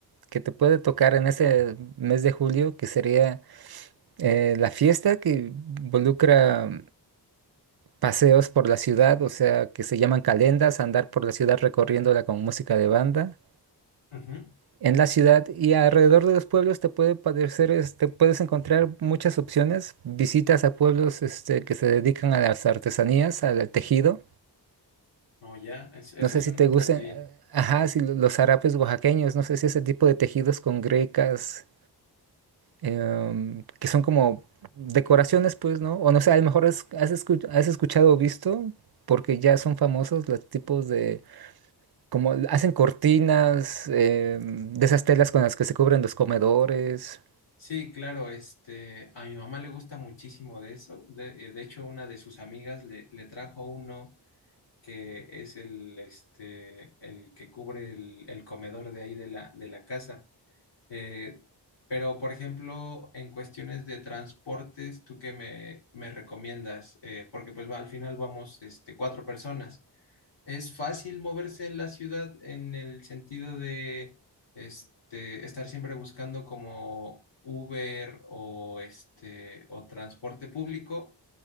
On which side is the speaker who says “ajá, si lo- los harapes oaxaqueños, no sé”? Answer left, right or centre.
Right